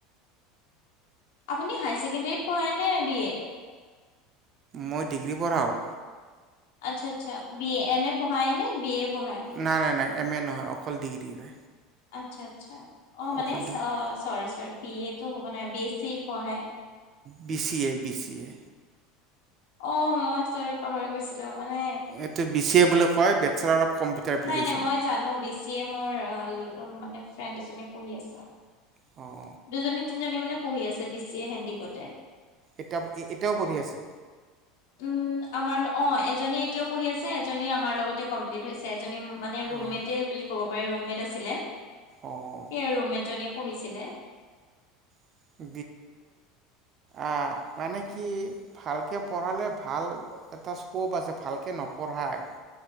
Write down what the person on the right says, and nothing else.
মই ডিগ্ৰী পঢ়াও।
নাই নাই নাই। এম এ নহয়, অকল ডিগ্ৰীৰে।
অকল ডিগ্ৰী
বিছি এ বিছি এ।
এইটো বি চি এ বুলি কয় বেষ্টচেলাৰ অফ কম্পিউটাৰ এপ্লিকেশ্যন
অ'।
এতিয়া এতিয়াও পঢ়ি আছে।
অঁ
অঁ
<unintelligible> অ' মানে কি ভালকে পঢ়ালে ভাল এটা স্ক'প আছে ভালকৈ নপঢ়াই